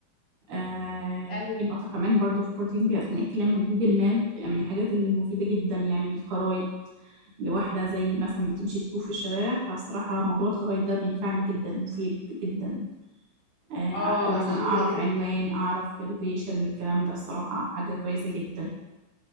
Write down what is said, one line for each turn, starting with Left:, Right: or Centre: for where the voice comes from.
Right: آه
Left: ايوه
Right: في نقطة كمان برضو فكرتيني بيها أثناء الكلام جوجل ماب يعني من الحاجات المفيدة جدا يعني الخرايط لواحدة زي مثلا بتمشي تتوه في الشوارع فصراحة موضوع الخرايط ده بينفعني جدا مفيد جدا آه
Left: اه
Right: مثلا
Left: الجي
Right: أعرف
Left: بي اس
Right: عنوان أعرف اللوكيشن الكلام ده الصراحة حاجة كويسة جدا